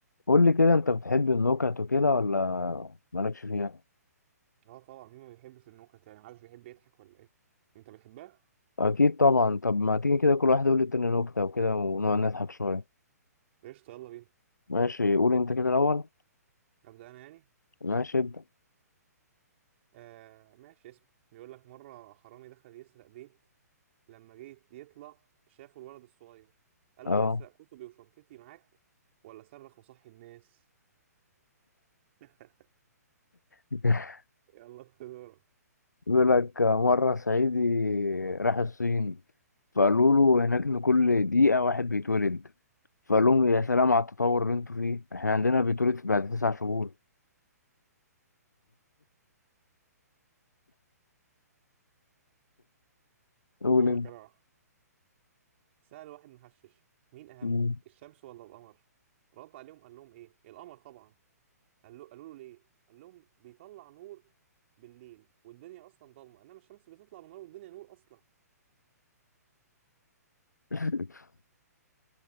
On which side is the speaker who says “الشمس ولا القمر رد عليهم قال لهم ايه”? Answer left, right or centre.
Right